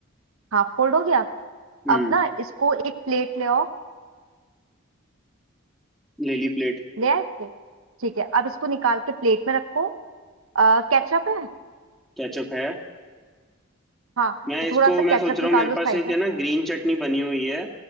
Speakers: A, on the right; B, in the centre.
A: हाँ फोल्ड हो गया
B: हम्म
A: अब ना इसको एक प्लेट ले आओ
B: ले ली प्लेट
A: ले आए प्लेट ठीक है अब इसको निकाल के प्लेट में रखो आ, केचप है
B: केचप है
A: हाँ
B: मैं
A: तो
B: इसको
A: थोड़ा सा केचप
B: मैं सोच रहा
A: निकाल
B: हूँ मेरे
A: लो
B: पास
A: साइड
B: एक
A: में
B: है ना ग्रीन चटनी बनी हुई है